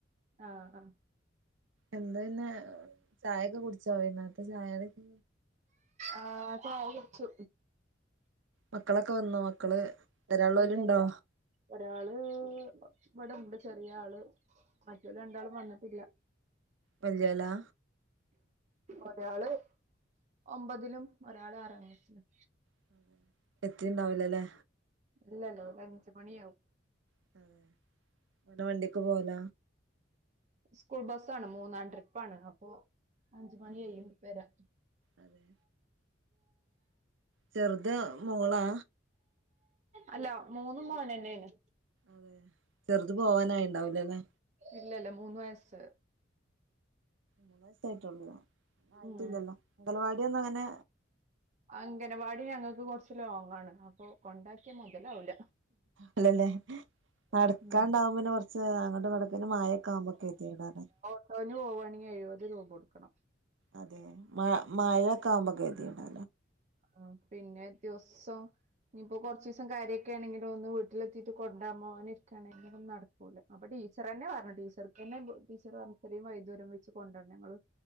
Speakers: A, on the right; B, on the right.
A: ആഹ് ആഹ്
B: എന്ത പിന്നെ ചായൊക്കെ കുടിച്ചോ വൈന്നേരത്തെ ചായ കടിയൊക്കെ
A: ആഹ് ചായ കുടിച്ചു
B: മക്കളൊക്കെ വന്നോ മക്കള് വരാള്ളോലുണ്ടോ
A: ഇല്ല ല്ല ഒരാള് ഇവിടെ ഉണ്ട് ചെറിയ ആള് മറ്റോ ല് രണ്ടാളും വന്നിട്ടില്ല
B: വല്യോ ലാ
A: ഒരാള് ഒമ്പതിലും ഒരാള് ആറാം ക്ലാസിലും
B: <inaudible> എത്തിണ്ടാവുലല്ലെ
A: ഇല്ലല്ല ഒരു അഞ്ച്മണിയാവും
B: <inaudible> <unintelligible> വണ്ടിക്ക് പോല
A: സ്കൂൾ ബസ്സാണ് മൂന്നാം ട്രിപ്പാണ് അപ്പോ അഞ്ച് മണിക
B: അതെ
A: യ്യും വരാൻ
B: അതെ ചെറുത് മോളാ?
A: അല്ല മൂന്നും മോനെന്നേണ്.
B: അതെ ചെറുത് പോവാനായിണ്ടാവൂലല്ലെ?
A: ഇല്ല ല്ല മൂന്ന് വയസ്സ്,
B: മൂന്ന വയസായിട്ടുള്ളൂ ആയിട്ടില്ലല്ലോ
A: ഉം
B: അംഗലവാടി ഒന്നും അങ്ങനെ
A: അംഗനവാടി ഞങ്ങൾക്ക് കൊറച്ച് ലോങ്ങാണ് അപ്പൊ കൊണ്ടാക്കിയ മുതലാവൂല,
B: അല്ലല്ലേ നടക്കാണ്ടാവുമ്പം
A: ഉം
B: പിന്നെ കൊറച്ച് അങ്ങട്ട് ങ്ങട്ടൊക്കെ പിന്നെ മയൊക്ക ആകുമ്പോൊക്ക കേതിയേടാണ്
A: ട്ടോന് പോവാണെങ്കിൽ എഴുപത് രൂപ കൊടുക്കണം
B: അതെ മ മഴക്ക ആവുമ്പോ കെ ത്യേടാ
A: ആ പിന്നെ ദിവസം ഇനിയിപ്പോൊ കുറച്ചിസം കര്യൊക്കെ ണെങ്കില്ല ഒന്ന് വീട്ടിലെത്തിട്ട് കൊണ്ടാരാ പോകാൻ ഇരിക്കയാണെങ്കിലും നട അപ്പ ടിച്ചർനെ പറഞ്ഞ് ടീച്ചർ ന്നെ ടീച്ചർ പറഞ്ഞ് ഇത്രവൈദ്യൂരം വെച്ച് കൊണ്ടാരണ്ട ഞങ്ങള്ൾ